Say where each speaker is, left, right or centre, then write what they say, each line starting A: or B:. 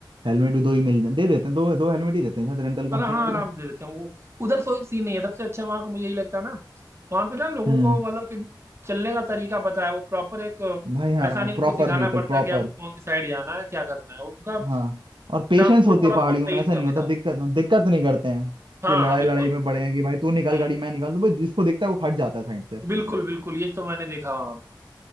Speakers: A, on the right (about 85°); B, on the right (about 35°).
A: हेलमेट भी दो ही मिल जाते दे देते हैं दो दो हेलमेट ही देते हैं शायद रेंटल कंपनी
B: और हाँ
A: वाले
B: आराम से दे देते हैं वो उधर कोई सीन नहीं है सबसे अच्छा वहाँ का मुझे यही लगता है ना वहाँ पे ना लोगों
A: हम्म
B: को मतलब कि चलने का तरीका पता है वो प्रॉपर एक अ,
A: भाई हाँ
B: ऐसा नहीं
A: प्रॉपर
B: उनको सिखाना
A: बिल्कुल
B: पड़ता
A: प्रॉपर
B: है कि आपको कौन सी साइड जाना है क्या करना है वो उनका
A: हाँ और पेशेंस
B: ट्रांसपोर्ट
A: होती
B: वाला
A: है पहाड़ियों
B: तो बहुत सही
A: में
B: हिसाब
A: ऐसा नहीं
B: किताब
A: होता दिक्कत दिक्कत नहीं करते हैं
B: हाँ
A: कि लड़ाई
B: हाँ बिल्कुल
A: लड़ाई में पड़े हैं कि भाई तू निकाल
B: हम्म
A: गाड़ी मैं निकाल दूं भाई जिसको दिखता है वो हट जाता है साइड से
B: बिल्कुल बिल्कुल ये तो मैंने देखा वहाँ पे